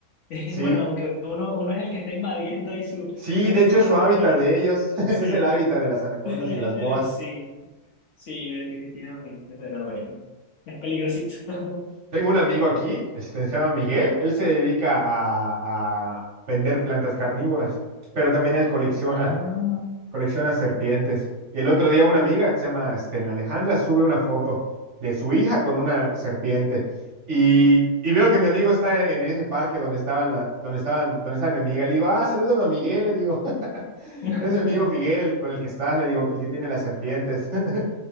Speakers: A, on the left; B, on the right.
A: <laughs>
B: Sí,
A: Bueno, aunque uno, uno es el que está invadiendo ahí su,
B: sí,
A: su entorno,
B: de hecho es su hábitat
A: pero
B: de ellos, <laughs>
A: sí,
B: es el hábitat de las anacondas
A: <laughs>
B: y de las boas.
A: sí, sí, definitivamente, pero bueno, es peligrosito. <laughs>
B: Tengo un amigo aquí, este, se llama Miguel, él se dedica a, a vender plantas carnívoras, pero también él colecciona
A: Ah,
B: colecciona serpientes. Y el otro día una amiga que se llama este, Alejandra sube una foto de su hija con una serpiente. Y, y veo que mi amigo está en ese parque donde estaban la, donde estaban, donde estaba mi amiga. Le digo, ah, salúdame a Miguel, le digo, <laughs>
A: <laughs>
B: es mi amigo Miguel con el que estás, le digo, el que tiene las serpientes. <laughs>